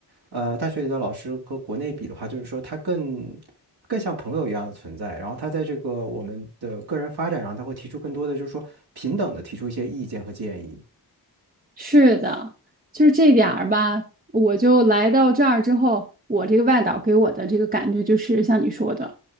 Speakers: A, on the right (about 70°); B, on the right (about 20°).
A: 呃，大学里的老师和国内比的话，就是说他更更像朋友一样的存在。然后他在这个我们的个人发展上，他会提出更多的，就是说平等的提出一些意见和建议。
B: 是的，就是这点儿吧。我就来到这儿之后，我这个外导给我的这个感觉就是像你说的。